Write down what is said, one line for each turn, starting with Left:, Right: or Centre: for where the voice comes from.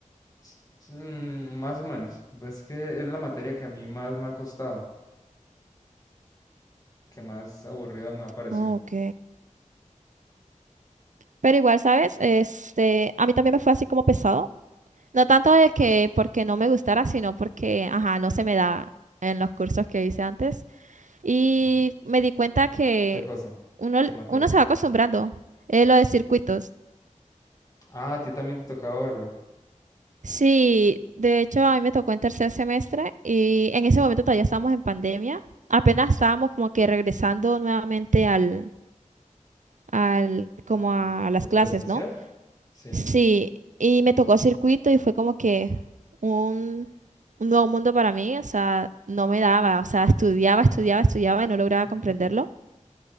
Left: es, mm, más o menos. Es que es la materia que a mí más me ha costado, que más aburrida me ha parecido.
Right: Ah, Ok. Pero igual, ¿sabes? Este, a mí también me fue así como pesado No tanto de que porque no me gustara, sino porque, ajá, no se me da en los cursos que hice antes. Y
Left: Ujú.
Right: me di cuenta que
Left: ¿Qué cosa?
Right: uno,
Left: ¿Qué materia?
Right: uno se va acostumbrando, eh, lo de circuitos.
Left: Ah, a ti también te tocaba verlo.
Right: Sí, de hecho a mí me tocó en tercer semestre y en ese momento todavía estábamos en pandemia. Apenas estábamos como que regresando nuevamente al, al, como
Left: Ah, lo-
Right: a las
Left: ¿Lo
Right: clases,
Left: presencial?
Right: ¿no?
Left: Sí.
Right: Sí, y me tocó circuito y fue como que un, un nuevo mundo para mí, o sea, no me daba, o sea, estudiaba, estudiaba, estudiaba y no lograba
Left: <laughs>
Right: comprenderlo,